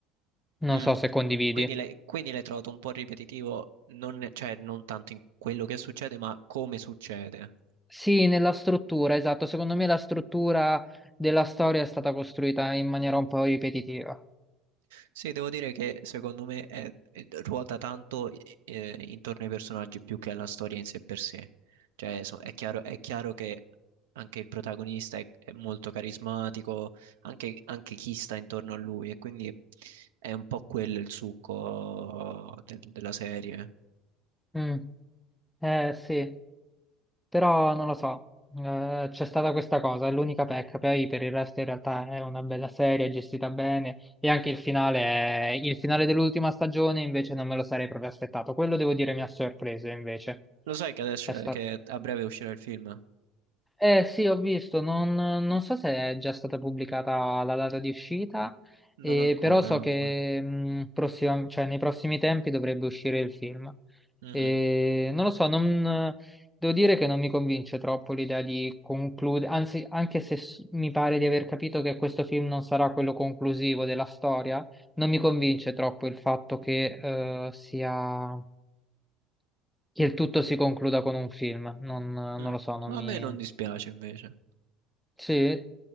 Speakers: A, in the centre; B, on the right.
A: Non
B: Mm,
A: so se condividi.
B: qu- Quindi l'hai quindi l'hai trovato un po' ripetitivo, non, cioè non tanto in quello che succede, ma come succede.
A: Sì, nella struttura, esatto. Secondo me la struttura della storia è stata costruita in maniera un po' ripetitiva.
B: Sì, devo dire che secondo me è- è- ruota tanto eh, intorno ai personaggi più che alla storia in sé per sé. Cioè, so- è chiaro, è chiaro che anche il protagonista è, è molto carismatico, anche, anche chi sta intorno a lui, e quindi è un po' quello il succo del- della serie.
A: Mm. Eh, sì. Però non lo so, eh, c'è stata questa cosa, è l'unica pecca, poi per il resto in realtà è una bella serie, è gestita bene e anche il finale, è- il finale dell'ultima stagione invece non me lo sarei proprio aspettato, quello devo dire mi ha sorpreso invece,
B: Lo sai che adesso
A: è stato...
B: eh, che a breve uscirà il film?
A: Eh sì, ho visto, non, non so se è già stata pubblicata la data di uscita, eh,
B: Non ancora,
A: però so
B: non
A: che
B: ancora.
A: mh, prossima- cioè, nei prossimi tempi dovrebbe uscire il film.
B: Mhm,
A: E non lo so, non- devo dire che non mi convince troppo l'idea di concludere, anzi, anche se s- mi pare di aver capito che questo film non sarà quello conclusivo della storia, non mi convince troppo il fatto che, eh, sia, che il tutto si concluda con un film. Non, non
B: mm.
A: lo so, non
B: A
A: mi...
B: me non dispiace invece.
A: Sì.